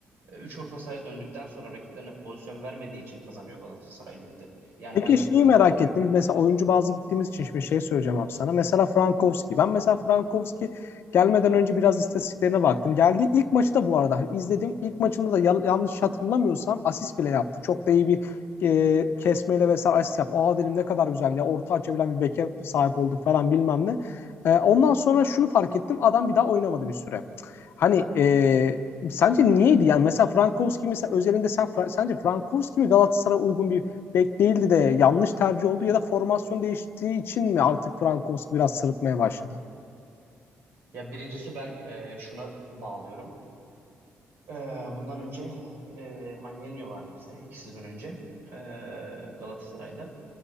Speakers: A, on the right; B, on the left.
A: E, Üç orta sahaya döndükten sonra rakiplerine pozisyon vermediği için kazanıyor Galatasaray Lig'de. Yani
B: Peki
A: aynı
B: şeyi
A: futbol
B: merak
A: oynamıyor.
B: ettim. Mesela oyuncu bazı gittiğimiz için şimdi şey söyleyeceğim abi sana. Mesela Frankowski. Ben mesela Frankowski gelmeden önce biraz istatistiklerine baktım. Geldiği ilk maçı da bu arada hani izledim. İlk maçında da yan- yanlış hatırlamıyorsam asist bile yaptı. Çok da iyi bir e, kesmeyle vesaire asist yaptı. Aa dedim ne kadar güzel ya orta açabilen bir beke sahip olduk falan bilmem ne. E, ondan sonra şunu fark ettim. Adam bir daha oynamadı bir süre. Hani e, sence niyeydi? Yani mesela Frankowski mesela özelinde sen sence Frankowski mi Galatasaray'a uygun bir bek değildi de yanlış tercih oldu ya da formasyon değiştiği için mi artık Frankowski biraz sırıtmaya başladı?
A: Ya birincisi ben e, şuna bağlıyorum. Ee, bundan önce e, Angelino vardı bizde iki sezon önce e, Galatasaray'da.